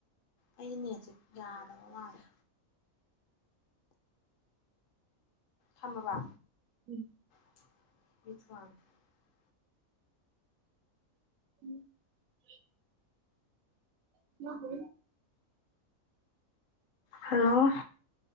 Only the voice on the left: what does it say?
ꯑꯩ ꯅꯦꯠꯁꯦ ꯌꯥꯗꯕ ꯃꯥꯜꯂꯦ ꯁꯝꯃꯕ
<inaudible>
ꯍꯜꯂꯣ